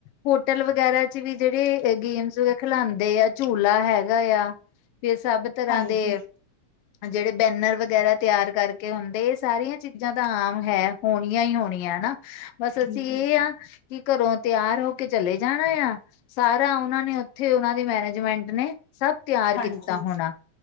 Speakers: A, on the left; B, on the left.
A: ਹੋਟਲ ਵਗੈਰਾ 'ਚ ਵੀ ਜੇੜੀ ਗੇਮਸ ਵ ਖਿਲਾਂਦੇ ਆ। ਝੂਲਾ ਹੈਗਾ ਆ ਫਿਰ ਸਭ ਤਰ੍ਹਾਂ
B: ਹਾਂਜੀ,
A: ਦੇ ਜਿਹੜੇ ਬੈਨਰ ਵਗੈਰਾ ਤਿਆਰ ਕਰਕੇ ਹੁੰਦੇ ਇਹ ਸਾਰੀਆਂ ਚੀਜ਼ਾਂ ਤਾਂ ਆਮ ਹੈ ਹੋਣੀਆਂ ਹੀ ਹੋਣੀਆਂ ਹਨਾ। ਬਸ ਅਸੀਂ
B: ਬਿਲ
A: ਇ ਕਿ ਘਰੋਂ ਤਿਆਰ ਹੋ ਕੇ ਚਲੇ ਜਾਣਾ ਆ ਸਾਰਾ ਉਹਨਾਂ ਨੇ ਉੱਥੇ ਉਹਨਾਂ ਦੀ ਮੈਰੇਜ ਮੈਂਟ ਨੇ ਸਭ ਤਿਆਰ
B: ਹਾਂਜੀ,
A: ਕੀਤਾ ਹੋਣਾ